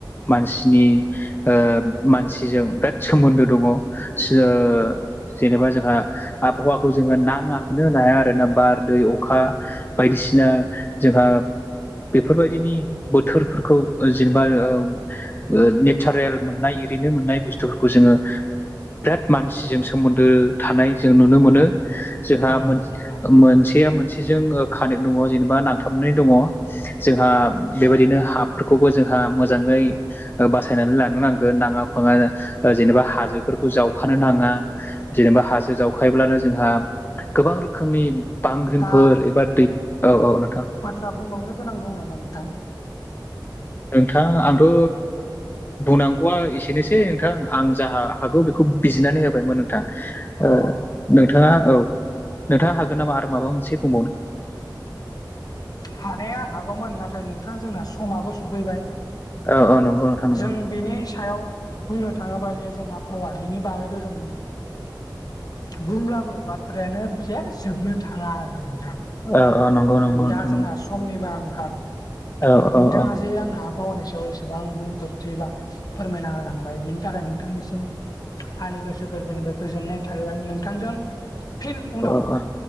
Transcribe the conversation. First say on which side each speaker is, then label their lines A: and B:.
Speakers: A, on the left; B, on the left.
A: मानसिनि ओ मानसिजों बिराद सोमोन्दो दङ सो ओ ओ जेनेबा जोंहा आबहावाखौ जोङो नाङाखोनो होनो हाया आरो ना बार, दै, अखा बायदिसिना जोंहा बेफोरबायदिनि बोथोरफोरखौ जेनेबा ओ - ओ नेचारेल मोननाय इरैनो मोननाय बुस्थुफोरखौ जोङो बिराद मानसिजों सोमोन्दो थानाय जों नुनो मोनो। जोंहा
B: अ
A: मोन-मोनसेया
B: नोंथां
A: मोनसेजों ओ कानेक्ट दङ जेनेबा नांथाबनाय दङ। जोंहा बेबायदिनो हाफोरखौबो जोंहा मोजाङै बासायनानै लानो नांगोन नाङा फाङा ओ जेनेबा हाजोफोरखौ जाव खानो नाङा। जेनेबा हाजो जावखायोब्लानो जोंहा गोबां रोखोमनि बांग्रिंफोर
B: दा
A: एबा दै औ औ नोंथां।
B: दा बुंबावनो गोनां दं नामा नोंथां?
A: नोंथां आंथ' बुंनांगौआ एसेनोसै नोंथां आं जा हागौ बेखौ बिजिरनानै होबायमोन नोंथां।
B: अ
A: ओ नोंथाङा औ नोंथाङा हागोन नामा आरो माबा मोनसे बुंबावनो?
B: हानाया हागौमोन नाथाय नोंथां जोंना समाबो सफैबाय। <inaudible>
A: औ औ नंगौ नोंथां नंगौ
B: जों बेनि सायाव बुंनो थाङोबा जे जों आबहावा बिनि बागैथ' जों बुंब्लाबो बाथ्रायानो जेन जोबनो थाङा आरो नोंथां।
A: औ औ नंगौ। नंगौ
B: दा
A: नोंथां
B: जोंहा
A: नंगौ
B: समनिबो आंखाल
A: औ औ
B: नोंथाङा
A: औ
B: जे आंनो आबहावानि सायाव एसेबां बुंफोरथि बा फोरमायना होलांबाय बिनि थाखाय नोंथांनिसिम आंनि गोसो गोरबोनिफ्राय गोजोननाय थाहैबाय नोंथांजों फिन उनाव
A: औ